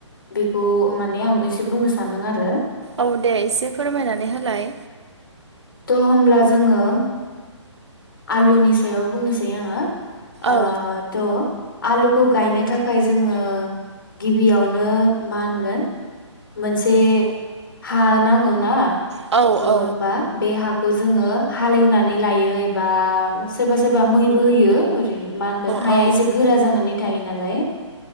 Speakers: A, on the left (about 45°); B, on the right (about 60°).
A: बेखौ माने आं बो एसे बुंनोस सानोआरो
B: औ दे एसे फोरमायनानै होलाय
A: थ' होब्ला जोङो आलुनि सायाव बुंनोसै आङो।
B: औ
A: ओ थ' आलुखौ गायनो थाखाय जोङो गिबियावनो मा होनगोन। मोनसे हा नांगौ ना
B: औ औ
A: थ
B: औ
A: होमबा बे हाखौ जोङो हालेवनानै लायो एबा सोरबा सोरबा मैबो होयो ओरैनो मा होनगोन हाया
B: होयो
A: एसे गोरा जानानै थायो नालाय